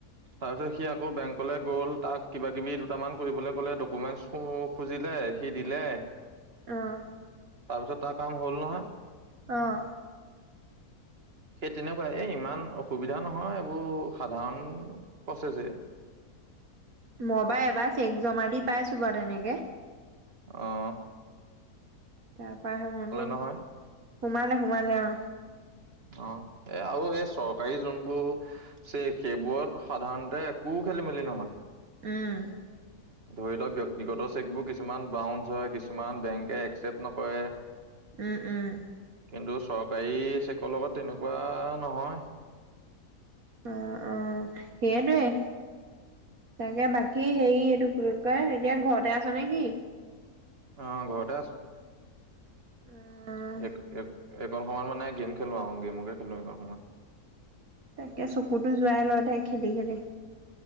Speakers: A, on the right; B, on the right.
A: তাৰপিছত সি আকৌ বেংকলে গ'ল তাক কিবা কিবি দুটামান কৰিবলে ক'লে ডকমেণ্টচ সমূহ খুজিলে সি দিলে
B: আহ।
A: তাৰপিছত তাৰ কাম হ'ল নহয়।
B: আহ।
A: সেই তেনেকুৱা এ ইমান অসুধা সুবিধা নহয় এইবোৰ সাধাৰণ প্ৰচেছ হে।
B: মই বা এবাৰ চেক জমা দি পাইছোঁ বাৰু তেনেকে।
A: আহ।
B: তাৰ পৰা হে সোমাব
A: নহয়
B: সোমালে সোমালে অ।
A: অ এই আৰু এই চৰকাৰী যোনবোৰ চেক সেইবোৰত সাধাৰণতে একো খেলি মেলি নহয়।
B: উম।
A: ধৰি লওক ব্যক্তিগত চেকবোৰ কিছুমান বাউঞ্চ হয় কিছুমান বেংকে একচেপ্ট নকৰে
B: উম উম।
A: কিন্তু চৰকাৰী চেকৰ লগত তেনেকুৱা নহয়।
B: অ অ সেইয়াটোয়ে তাকে বাকী হেৰি এইটো এতিয়া ঘৰতে আছা নে কি
A: অ ঘৰতে আছোঁ
B: অ',
A: এক এক এইকণ সময়ত মানে গেম খেলো আৰু গেমকে খেলো এইকণ সময়
B: তাকে চকুতো যোৱাই ল দে খেলি খেলি